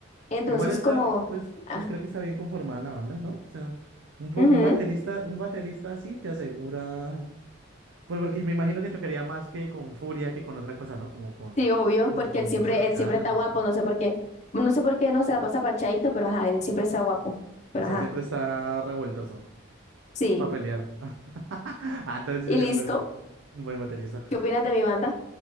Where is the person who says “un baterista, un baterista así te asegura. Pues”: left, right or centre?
Right